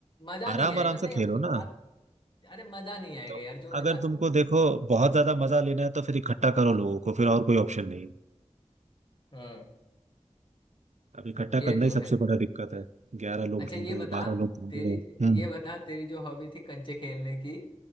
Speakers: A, on the left (about 45°); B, on the right (about 80°).
A: मजा नहीं
B: आराम
A: आएगा
B: आराम
A: ना
B: से
A: यार
B: खेलो ना
A: बात अरे मजा नहीं आएगा
B: तो
A: यार जो मजा
B: अगर तुमको देखो बहुत ज्यादा मजा लेना है तो फिर इकट्ठा करो लोगों को फिर और कोई ऑप्शन नहीं है
A: हाँ
B: अब इकट्ठा
A: ये
B: करना
A: तो
B: ही सबसे
A: है
B: बड़ा दिक्कत है ग्यारह लोग
A: अच्छा
B: ढूंढो
A: ये बता
B: बारह लोग ढूंढो
A: तेरी
B: हम्म
A: ये बता तेरी जो हॉबी थी कंचे खेलने की